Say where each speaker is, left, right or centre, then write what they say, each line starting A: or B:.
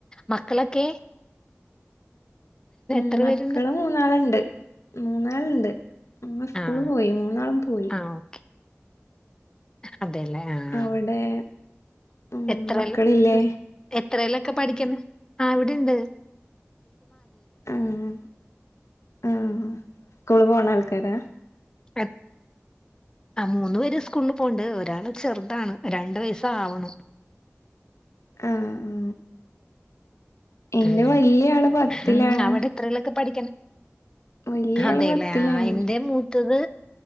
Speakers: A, on the left; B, on the left.
A: മക്കളൊക്കെ
B: ഉമ്
A: എത്ര
B: മക്കള്
A: പേരുണ്ട്
B: മൂന്നാളുണ്ട് മൂന്നാളുണ്ട് ഇന്ന് സ്കൂൾ
A: ആഹ്
B: പോയി മൂന്നാളും പോയി
A: ആഹ് ഓക്കെ അതെല്ലേ ആഹ്
B: അവിടെ ഉം
A: എത്രല്ലോ
B: മക്കളില്ലേ
A: എത്രല്ലോക്കെ പഠിക്കണ് ആ ഇവിടിണ്ട്
B: ആഹ് ആഹ് സ്കൂളി പോണ ആൾക്കാരാ
A: <unintelligible> ആ മൂന്നു പേര് സ്കൂള് പോണ്ട് ഒരാള് ചെറുതാണ് രണ്ടു വയസ്സ് ആവുണു
B: <inaudible> ആഹ് എന്റെ
A: ഉം
B: വല്യാആള് പത്തിലാണ്
A: ഉം അവിടെ എത്രേലൊക്കെ പഠിക്കണെ
B: വല്യ
A: അതെല്ലേ
B: ആള് പത്തിലാണ്
A: ആഹ് എന്റെ മൂത്തത്